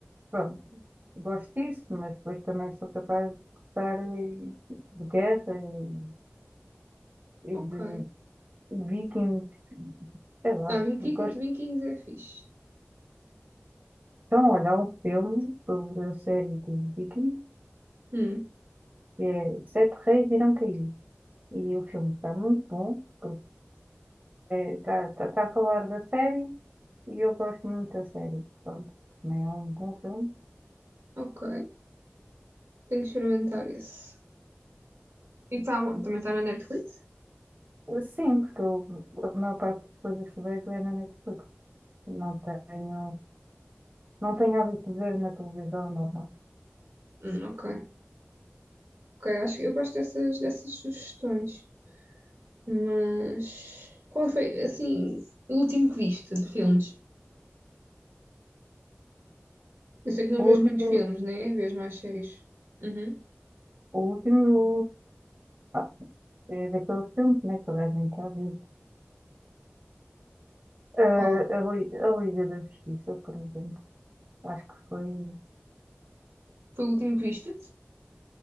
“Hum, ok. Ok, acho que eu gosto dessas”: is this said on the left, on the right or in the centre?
Right